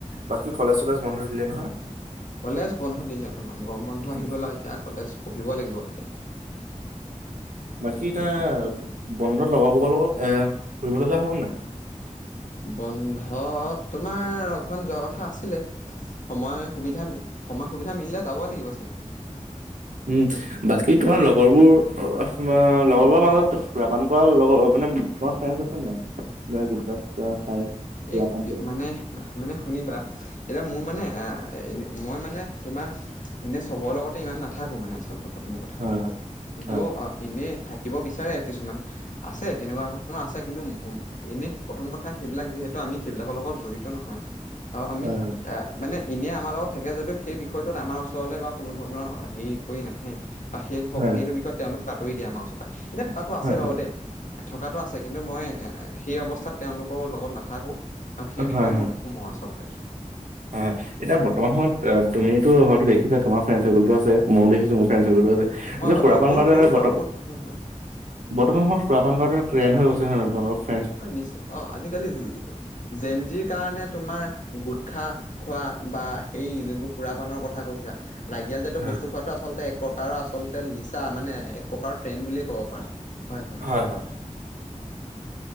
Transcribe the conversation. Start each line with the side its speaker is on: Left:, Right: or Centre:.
Right: বাকী কলেজ - চলেজ বন্ধ দিলে নহয়?
Left: কলেজ বন্ধ দিলে তোমাৰ গৰম বন্ধ
Right: উম
Left: আহি গ'ল আৰু এতিয়া কলেজ পঢ়িব লাগিব অ, এতিয়া।
Right: বাকী এতিয়া
Left: তাকে
Right: বন্ধত লগৰবোগলগত এ ফুৰিবলৈ যোৱা হ'ব নে নাই?
Left: বন্ধত তোমাৰ অকমান যোৱা কথা আছিলে। সময় সুবিধা-সময় সুবিধা মিলিলে যাবই লাগিব চাগে।
Right: উম, বাকী তোমাৰ লগৰবোৰ <unintelligible> লগৰবোৰৰ মাজত সুৰা পান কৰা লগৰ <unintelligible> তোমাৰ ফেনচ আছে নে নাই যে গুটকা চুটকা খাই? সুৰাপান
Left: এ কি
Right: কৰে
Left: মানে-মানে শুনিবা এতিয়া মোৰ মানে আহ মই মানে তোমাৰ এনে চবৰ লগতে ইমান নাথাকো মানে আচলতে প্ৰথম কথা
Right: হয় হয়
Left: কিন্তু
Right: হয়
Left: অ, এনেই থাকিব বিচাৰে কিছুমান আছে তেনেকুৱা ধৰণৰ আছে কিন্তু উম-উম এনে প্ৰথম কথ থা সেইবিলাক যিহেতু আমি সেইবিলাকৰ লগত জড়িত নহয় অ, আমি
Right: হয় হয়
Left: মানে এনে আমাৰ লগত থাকে যদিও সেই বিষয়টোত আমাৰ ওচৰলে বা কোনো ধৰণৰ হেৰি কৰি নাহে বা সেইটো দিখৌ
Right: হয়
Left: সেইটো বিষয়ত তেওঁলোক আঁতৰি দিয়ে আমাৰ ওচৰ পাই। এনে থকাতটো আছে
Right: হয়
Left: বাৰু
Right: হয়
Left: দেই, থকাটো আছে। কিন্তু মই সেই অৱস্থাত তেওঁলোকৰ লগত নাথাকোঁ, আৰু সেই
Right: হয়
Left: বিষয়ত
Right: হয়
Left: মই নুসোমোওঁ আচলতে।
Right: হয় হয় এতিয়া বৰ্তমান সময়ত তুমিতো হয়তো দেখিছা তোমাৰ ফ্ৰেণ্ডচৰকোলটো আছে মইও দেখিছো মোৰ ফ্ৰে
Left: হয়
Right: যে
Left: হয়
Right: সুৰাপান
Left: বহুত বহুত
Right: গাঁৱ
Left: সৰুৰ
Right: এটা হয়
Left: পৰা বহুত হয় হয়
Right: বৰ্তমান সময়ত সুৰাপান গাঁৱত এটা ট্ৰেন হৈ গৈ হয়নে নহয় তোমালোকৰ ফ্ৰে
Left: অ নিচ অ আজিকালি জেনজিৰ কাৰণে তোমাৰ গোটখা খোৱা বা সেই যোনটো সুৰাপানৰ কথা কৈছা ৰাগিয়াল জাতিয়
Right: হয়
Left: বস্তু খোৱাতো আচলতে এক প্ৰকাৰৰ আচলতে নিচা মানে এক প্ৰকাৰৰ ট্ৰেন বুলিয়ে ক'ব পাৰা। হয় হয়
Right: হয়-হয়-হয়